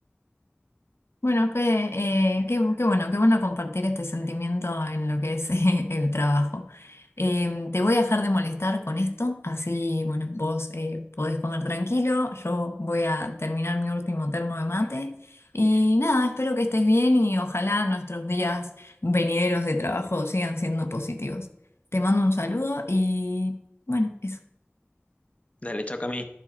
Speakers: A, on the left; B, on the left.
A: Bueno, Fede, eh, qué, qué bueno, qué bueno compartir este sentimiento en lo que es <laughs> eh, el trabajo. Eh, te voy a dejar de molestar con esto, así, bueno, vos eh, podés comer tranquilo, yo voy a terminar mi último termo de mate y nada, espero que estés bien y ojalá nuestros días venideros de trabajo sigan siendo positivos. Te mando un saludo y bueno, eso.
B: dale, chao Cami.